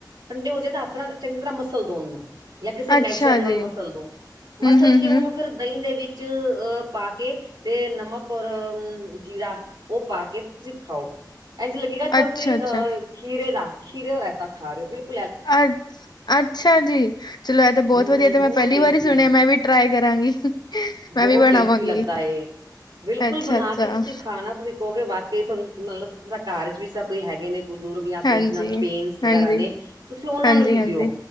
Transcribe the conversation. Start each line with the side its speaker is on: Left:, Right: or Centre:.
Right: ਠੰਡੇ ਹੋ ਜਾਏ ਤਾਂ ਆਪਣਾ ਚੰਗੀ ਤਰ੍ਹਾਂ ਮਸਲ ਦੋ ਉਹਨੂੰ ਜਾਂ ਕਿਸੇ
Left: ਅੱਛਾ
Right: ਮੈਸ਼ਰ ਨਾਲ
Left: ਜੀ,
Right: ਮਸਲ ਦੋ। ਮਸਲ
Left: ਹੂੰ, ਹੂੰ,
Right: ਕੇ
Left: ਹੂੰ,
Right: ਉਹਨੂੰ ਫਿਰ ਦਹੀਂ ਦੇ ਵਿੱਚ ਅਹ ਪਾ ਕੇ ਤੇ ਨਮਕ ਔਰ ਜੀਰਾ ਉਹ ਪਾ ਕੇ ਤੁਸੀਂ ਖਾਓ। ਇਜੀ ਲੱਗੇਗਾ ਤੂੰਸੀ
Left: ਅੱਛਾ-ਅੱਛਾ,
Right: ਅਹ ਖੀਰੇ -ਖੀਰੇ ਦਾ ਰਾਇਤਾ ਖਾ ਰਹੇ ਹੋ ਬਿਲਕੂਲ।
Left: ਅੱ' ਅੱਛਾ ਜੀ। ਚਲੋ ਇਹ ਤਾਂ ਬਹੁਤ
Right: ਹਮ
Left: ਵਧੀਆ ਤੇ
Right: ਬਹੁਤ
Left: ਮੈਂ ਪਹਿਲੀ
Right: ਟੇਸਟੀ
Left: ਵਾਰੀ ਸੁਣਿਆ ਮੈਂ ਵੀ ਟਰਾਈ ਕਰਾਂਗੀ। ਮੈਂ
Right: ਬਹੁਤ
Left: ਵੀ ਬਣਾਵਾਂਗੀ।
Right: ਟੇਸਟੀ ਲੱਗਦਾ ਏ, ਬਿਲਕੁਲ
Left: ਅੱਛਾ-ਅੱਛਾ,
Right: ਬਣਾ ਕੇ ਤੁਸੀਂ ਖਾਣਾ ਤੁਸੀਂ ਕਹੋਗੇ ਵਾਕਈ ਤੁਹਾਨੂੰ ਮਤਲਬ ਘਰ ਚ' ਵੀ ਕੋਈ ਹੈਗੇ ਨੇ। ਬਜ਼ੁਰਗ ਜਾਂ
Left: ਹਾਂਜੀ,
Right: ਕੋਈ ਜਿ ਪੇਨ ਵਗੈਰਾ
Left: ਹਾਂਜੀ,
Right: ਨੇ ਤੁਸੀਂ ਉਹਨਾਂ
Left: ਹਾਂਜੀ-ਹਾਂਜੀ,
Right: ਨੂੰ ਵੀ ਦਿਓ।